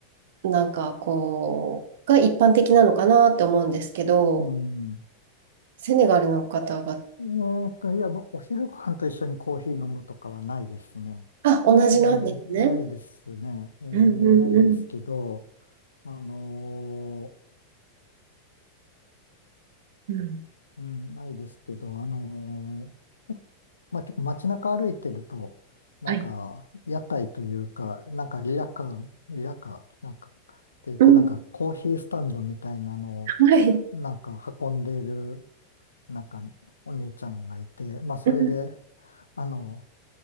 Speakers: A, on the right (about 65°); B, on the left (about 80°).
A: なんかこう、が一般的なのかなって思うんですけど、
B: ん。
A: セネガルの方々、
B: えーと、いや、もうお昼ご飯と一緒にコーヒー飲むとかはないですね。
A: あ、同じなんですね。
B: ええ、ないですね。ええ、ないですけど、
A: うんうんうん。
B: あのー
A: うん。
B: うん、ないですけど、あのーまあ、結構街中歩いてると、なんか、
A: はい。
B: 屋台というか、なんかリヤカー、リヤカー、なんか、っていうか、
A: うん。
B: なんかコーヒースタンドみたいなのを、
A: はい。う
B: なんか運んでいる、なんか、お兄ちゃんがいて、まあ、それで、
A: ん
B: あの、